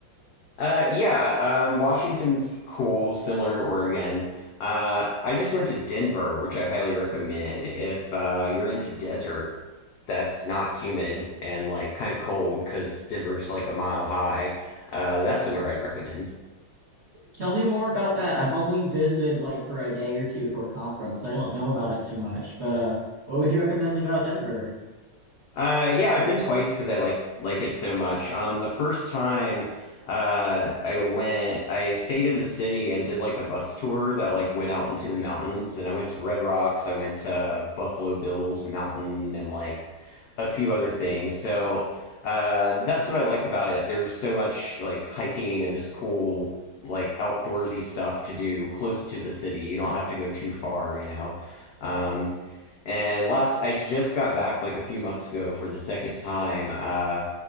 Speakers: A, on the left (about 85°); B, on the right (about 40°).
A: Uh, yeah, um, Washington's cool, similar to Oregon. Uh, I just went to Denver, which I highly recommend if uh, you're into desert that's not humid and like kind of cold because Denver's like a mile high. Uh, that's somewhere I'd recommend.
B: Tell me more about that. I've only visited like for a day or two for a conference. so I don't know about it too much. But uh what would you recommend about Denver?
A: Uh, yeah, I've been twice because I like like it so much. Um, the first time, uh, I went, I stayed in the city and did like a bus tour that like went out into the mountains, and I went to Red Rocks, I went to Buffalo Bills Mountain, and like a few other things. So, uh, that's what I like about it. There's so much like hiking and just cool like outdoorsy stuff to do close to the city. You don't have to go too far, you know. Um, and last, I just got back like a few months ago for the second time. Uh,